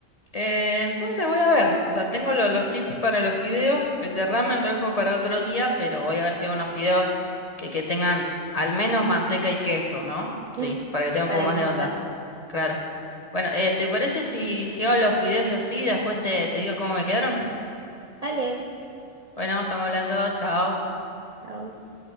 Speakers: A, on the left; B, on the right.
A: Eh, entonces voy a ver, o sea, tengo lo- los tips para los fideos, el de ramen lo dejo para otro día, pero voy a ver si hago unos fideos que, que tengan al menos manteca y queso, ¿no? Sí,
B: <laughs>
A: para que tenga un
B: para
A: poco más
B: empezar.
A: de onda, claro. Bueno, eh, ¿te parece si, si hago los fideos así, después te, te digo cómo me quedaron?
B: Dale,
A: Bueno, estamos hablando, chao.
B: chao.